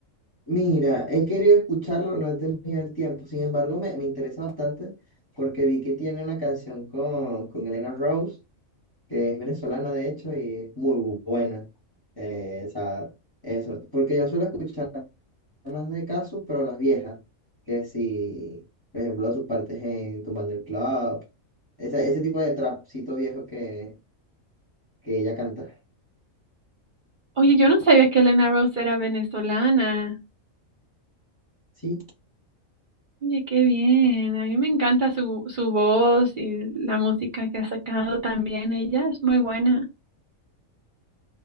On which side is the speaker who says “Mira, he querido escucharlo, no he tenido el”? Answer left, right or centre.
Left